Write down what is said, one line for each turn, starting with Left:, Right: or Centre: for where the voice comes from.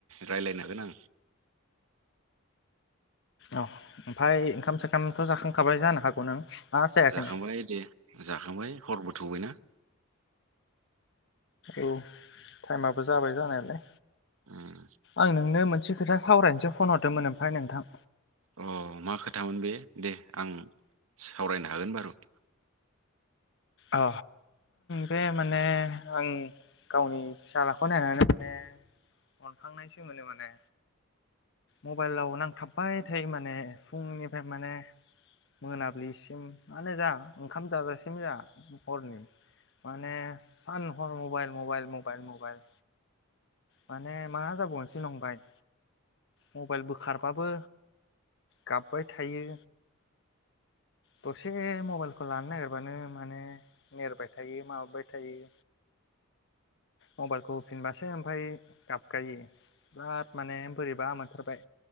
Right: रायज्लायनो हागोन आं।
Left: औ ओमफ्राय ओंखाम सोखामथ' जाखांखाबाय जानो हागौ नों ना जायाखैनो
Right: जाखांबाय दे जाखांबाय हरबो थौबायना
Left: औ टाइमाबो जाबाय जानायालाय।
Right: उम
Left: आं नोंनो मोन से खोथा सावरायनोसो फन हरदोंमोन ओमफ्राय नोंथां।
Right: अ मा खोथामोन बे दे आं सावरायनो हागोन बारु।
Left: अ बे माने आं गावनि फिसाज्लाखौ नायनानै माने अनखांनायसो मोनो माने मबाइलाव थाबबाय थायो माने फुंनिफ्राय माने मोनाबिलिसिम माने जा ओंखाम जाजासिम जा। हरनि माने सान हर मबाइल मबाइल मबाइल मबाइल माने मा जाबावनोसो नंबाय मबाइल बोखारबाबो गाबबाय थायो। द से मबाइलखौ लानो नागिर बानो माने। नेरबाय थायो माबाबाय थायो मबाइलखौ होफिनबासो ओमफफ्राय गाबगायो। बिराद माने बोरैबा मोनथारबाय